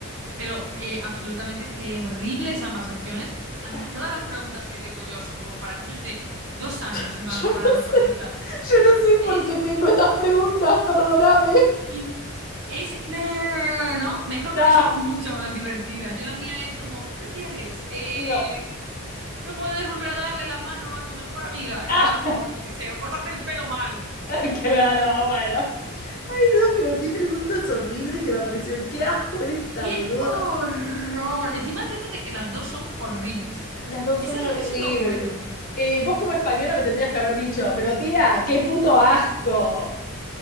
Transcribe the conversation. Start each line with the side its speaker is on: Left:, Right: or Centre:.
Right: Pero eh, absolutamente terribles ambas opciones. Am-
Left: Ay,
Right: todas
Left: Dios.
Right: las preguntas que tengo yo son como para niños de dos años,
Left: <laughs>
Right: en plan,
Left: Yo
Right: comparadas
Left: no sé,
Right: con estas.
Left: yo no sé
Right: Es...
Left: por qué tengo estas preguntas, perdóname.
Right: in- es... No, no, no, no, no, no. no. Mejor porque
Left: Ah.
Right: son mucho más divertidas. Yo la mía es como, ¿qué prefieres? Eh,
Left: No.
Right: no puedes volver a darle la mano a tu mejor amiga,
Left: Ah,
Right: en plan, o yo qué sé, o cortarte el pelo mal. Es
Left: <laughs>
Right: como,
Left: claro, bueno. Ay, no, pero qué preguntas horribles que me aparecieron. Qué asco esta,
Right: ¡Qué
Left: boluda.
Right: horror! Encima es de esto de que las dos son horribles.
Left: Las dos
Right: Eso
Left: son
Right: es
Left: horribles.
Right: lo, eso es lo bueno.
Left: Y vos como española me tendrías que haber dicho, pero tía, qué puto asco.